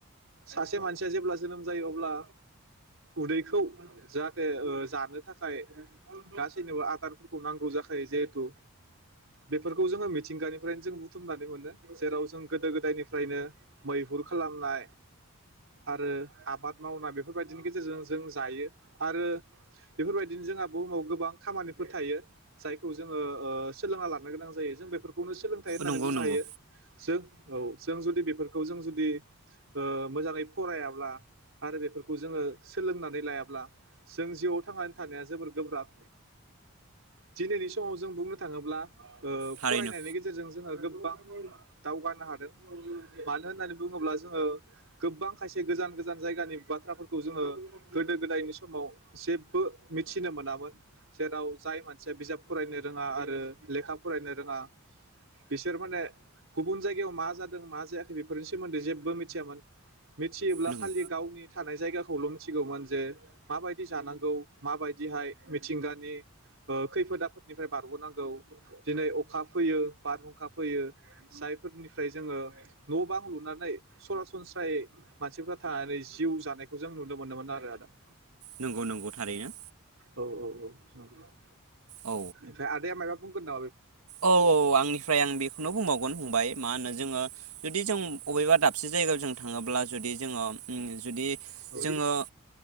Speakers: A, on the right; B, on the right.
A: सासे मानसिया जेब्ला जोनोम जायो अब्ला उदैखौ जाहाथे ओ जानो थाखाय गासैनोबो आदारफोरखौ नांगौ जाखायो जहेथु बेफोरखौ जोङो मिथिंगानिफ्रायनो जों बुथुमनानै मोनो जेराव जों गोदो गोदायनिफ्रायनो मैहुर खालामनाय आरो आबाद मावनाय बेफोरबाय दिनि गेजेरजों जों जायो आरो बेफोरबायदिनो जोंहा बुहुमाव गोबां खामानिफोर थायो जायखौ जोङो ओ सोलोंना लानो गोनां जायो जों बे बेखौनो सोलोंथाइ होननानै
B: नंगौ
A: बुंनो
B: नंगौ
A: हायो। जों औ जों जुदि बेफोरखौ जों जुदि ओ मोजाङै फरायाब्ला आरो बेफोर खौ जोङो सोलोंनानै लायाब्ला जों जिउआव थांनानै थानाया जोबोर गोब्राब। दिनैनि समाव जों बुंनो थाङोब्ला ओ
B: थारैनो
A: फरायनायनि गेजेरजों जोङो गो गोबां दावगानो हादों मानो होननानै बुङोब्ला जोङो गोबां खायसे गोजान गोजान जायगानि बाथ्राफोरखौ जोङो गोदो गोदायनि समाव जेब्बो मिथिनो मोनामोन जेराव जाय मानसिया बिजाब फरायनो रोङा आरो लेखा फरायनो रोङा बिसोर माने गुबुन जायगायाव मा जादों मा जायाखै बेफोरनि सोमोन्दै जेबो मिथियामोन। मिथियोब्ला
B: नंगौ
A: खालि गावनि थानाय जायगाखौल' मिथिगौमोन जे माबायदि जानांगौ माबायदिहाय मिथिंगानि खैफोद आफोदनिफ्राय बारग'नांगौ दिनै अखा फैयो बारहुंखा फैयो जायफोरनिफ्राय जोङो न' बां लुनानै सरासनस्रायै मानसिफ्रा थानानै जिउ जानायखौ जों नुनो मोनोमोन आरो आदा <inaudible>
B: नंगौ नंगौ थारैनो
A: औ औ औ <unintelligible>
B: औ
A: <unintelligible> फ्राय आदाया मा बुंगोन ना
B: औ औ आंनिफ्राय आं बेखौनो बुंबावगोन फंबाय मा होनो जोङो जुदि जों अबेबा दाबसे जायगायाव जों थाङोब्ला जुदि जोङो उम जुदि
A: औ
B: जोङो